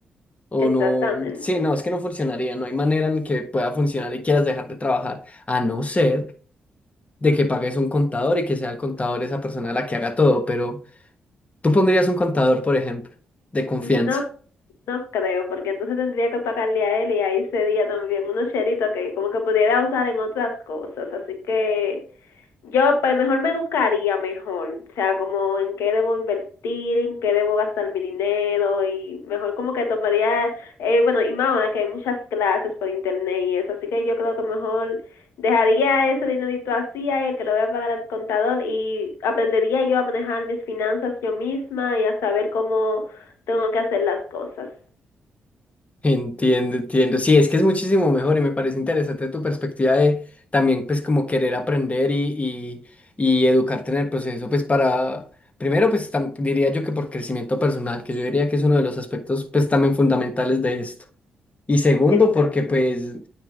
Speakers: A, on the left (about 30°); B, on the left (about 75°).
A: O
B: Exactamente.
A: no, sí, no, es que no funcionaría, no hay manera en que pueda funcionar y quieras dejar de trabajar, a no ser de que pagues un contador y que sea el contador esa persona la que haga todo, pero tú pondrías un contador, por ejemplo, de confianza.
B: No, no creo, porque entonces tendría que pagarle a él y ahí sería también unos cheritos que como que pudiera usar en otras cosas. Así que Yo pues mejor me educaría mejor, o sea, como en qué debo invertir, en qué debo gastar mi dinero y mejor como que tomaría, eh, bueno, y más ahora que hay muchas clases por internet y eso, así que yo creo que mejor dejaría ese dinerito así, ahí, el que lo voy a pagar al contador y aprendería yo a manejar mis finanzas yo misma y a saber cómo tengo que hacer las cosas.
A: Entiendo, entiendo. Sí, es que es muchísimo mejor y me parece interesante tu perspectiva de también, pues, como querer aprender y, y, y educarte en el proceso, pues, para, primero, pues, tam- diría yo que por crecimiento personal, que yo diría que es uno de los aspectos, pues, también fundamentales de esto. Y segundo,
B: Exacto.
A: porque, pues,